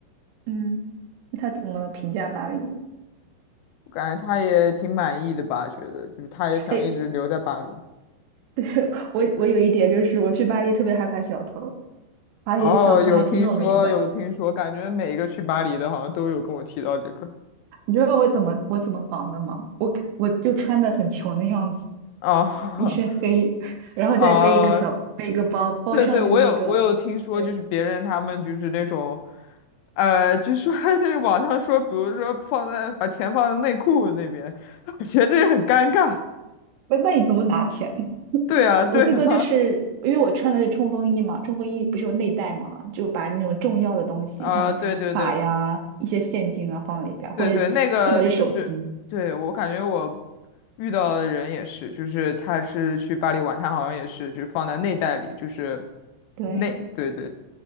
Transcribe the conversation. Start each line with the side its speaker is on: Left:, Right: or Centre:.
Right: 嗯，那他怎么评价巴黎呢？
Left: 我感觉他也挺满意的吧，觉得就是他也想一直留在巴黎。
Right: 哎，<laughs> 我我有一点就是我去巴黎特别害怕小偷，巴黎的小偷还挺有名的。
Left: 哦，有听说，有听说，感觉每一个去巴黎的，好像都有跟我提到这个。
Right: 你知道我怎么我怎么防的吗？我我就穿的很穷的样子，
Left: 啊
Right: 一身黑，<laughs> 然后再背一个小背一个包，
Left: <laughs> 啊，
Right: 包上就是那个，
Left: 对对，我有我有听说，
Right: 对，
Left: 就是别人他们就是那种，呃，就说 <laughs> 那网上说，比如说放在把钱放在内裤那边，<laughs> 我觉得这也很尴尬。
Right: 那那你怎么拿钱
Left: 对啊，对啊，
Right: 我最多就是因为我穿的是冲锋衣嘛，冲锋衣不是有内袋嘛，就把那种重要的东西，
Left: <laughs> 啊，
Right: 像卡呀、
Left: 对对对，
Right: 一些现金啊放里边儿，或者特别是手机。
Left: 对对，那个就是，对，我感觉我遇到的人也是，就是他是去巴黎玩，他好像也是，就是放在内袋里，就是
Right: 对，
Left: 内，对对，